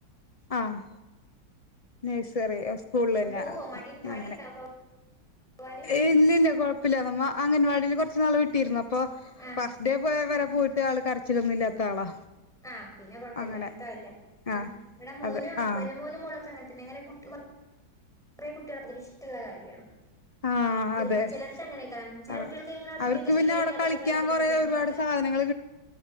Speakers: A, on the left; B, in the centre.
A: ആഹ് നേഴ്സറി സ്കൂള് തന്നെ
B: ആഹ് പോവോ മടി മടിയുണ്ടോ
A: അങ്ങനെ
B: പോവാന്
A: ഏയ് ഇല്ല ഇല്ല കുഴപ്പ കൊയപ്പില്ല നമ്മ അംഗൻവാടിയിൽ കുറച്ച് നാൾ വിട്ടിയിരുന്നു അപ്പൊ
B: ആഹ്
A: ഫസ്റ്റ് ഡേ പോയവരെ പോയിട്ട് ആൾ കരച്ചിലൊന്നും ഇല്ലാത്ത ആളാ
B: ആഹ് പിന്നെ കുഴപ്പമില്ല
A: അങ്ങനെ
B: അങ്ങനത്തൊല്ല
A: ആ
B: ആ് ഇവിടെ മോനും
A: അതെ ആ
B: പിന്നെ മോനും മോളൊക്കെ അങ്ങനന്നെ അങ്ങനെ കുട്ടുക കുറേ കുട്ടികൾതിരി ഇഷ്ടമുള്ള കാര്യമാണ്
A: ആ
B: പിന്നെ
A: അതെ
B: ചിലർക്ക് അങ്ങനെക്കണം ചില
A: ആ
B: കുട്ടികൾക്ക് എങ്ങനെ ഒറ്റക്ക്
A: അവർക്ക്
B: ശീലമായിട്ട്
A: പിന്നെ അവിടെ
B: അതൊക്കെ
A: കളിക്കാൻ
B: ഭയങ്കര
A: കൊറേ
B: ബുദ്ധിമുട്ടാക്കാറ്
A: ഒരുപാട് സാധനങ്ങൾ